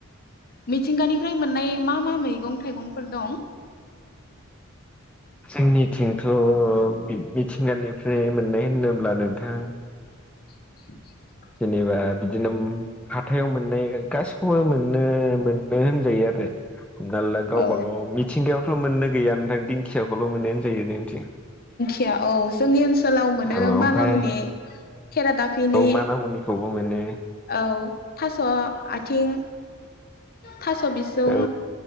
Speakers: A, on the left (about 45°); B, in the centre.
A: मिथिंगानिफ्राय मोननाय मा मा मैगं थाइगंफोर दं।
B: जोंनिथिंथ' मिथिंगानिफ्राय मोननाय होनोब्ला नोंथां।
A: <inaudible>
B: जेनेबा बिदिनो हाथायाव मोननाय गासिखौबो मोननो मोननो होनजायो आरो। हमना ला गावबा
A: औ
B: गाव मिथिंगायावथ' मोननो गैया नोंथां दिंखियाखौल' मोनो। जायो जोंनिथिं।
A: या औ जोंनि ओनस सोलाव मोनो
B: औ ओमफ्राय
A: मानामुनि खेरादाफिनि
B: औ माना मुनिखौबो मोनो
A: औ। थास' आथिं थास' बिसुं
B: औ